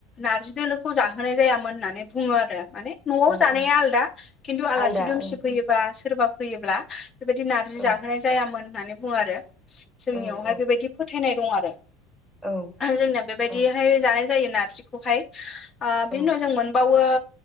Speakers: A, on the left; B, on the right.
A: नारजि दोलोखौ जाहोनाय जायामोन होननानै बुङो आरो। माने न'आव
B: औ
A: जानाया
B: औ
A: आलदा खिन्थु आलासि
B: आलदा
A: दुमसि
B: ओं
A: फैयोबा सोरबा फैयोब्ला बेबायदि नार्जि
B: औ
A: जाहोनाय जायामोन होननानै बुङो आरो जोंनियावहाय
B: औ औ
A: बेबायदि फोथायनाय दं आरो
B: औ
A: जोंनाया बे बायदिहाय
B: औ
A: जानाय जायो नारजिखौहाय। बिनि
B: औ
A: उनाव जों मोनबावो